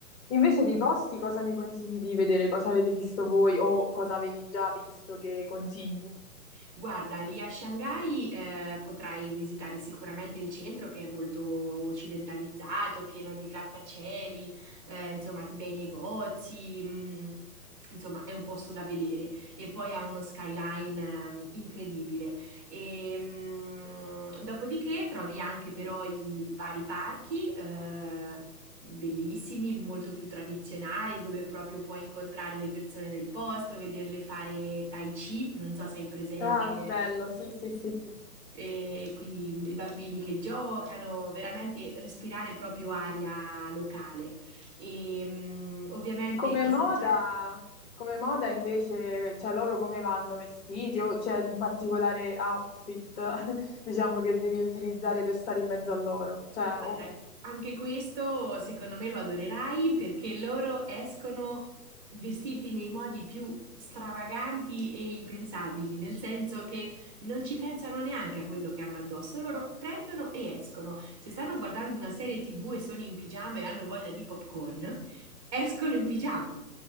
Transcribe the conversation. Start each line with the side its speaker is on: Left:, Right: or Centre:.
Left: Invece dei posti, cosa mi consigli di vedere? Cosa avete visto voi o cosa avevi già visto che consigli?
Right: Guarda, lì a Shanghai, eh, potrai visitare sicuramente il centro che è molto occidentalizzato, pieno di grattacieli, eh, insomma, di bei negozi. mm, Insomma, è un posto da vedere e poi ha uno skyline eh, incredibile. E, mm, dopodiché trovi anche però i vari parchi, eh, bellissimi, molto più tradizionali, dove proprio puoi incontrare le persone del posto, vederle fare tai chi, non so se hai presente,
Left: Ah,
Right: eh,
Left: bello, sì, sì, sì.
Right: e quindi i bambini che giocano, veramente respirare proprio aria locale. E mm, ovviamente
Left: Come
Right: assaggiare.
Left: moda, come moda invece, cioè loro come vanno vestiti o c'è un particolare outfit, <laughs> diciamo, che devi utilizzare per stare in mezzo a loro? Cioè,
Right: Guarda,
Left: o
Right: anche questo secondo me lo adorerai perché loro escono vestiti nei modi più stravaganti e impensabili, nel senso che non ci pensano neanche a quello che hanno addosso, loro prendono e escono. Se stanno guardando una serie TV e sono in pigiama e hanno voglia di popcorn, escono in pigiama.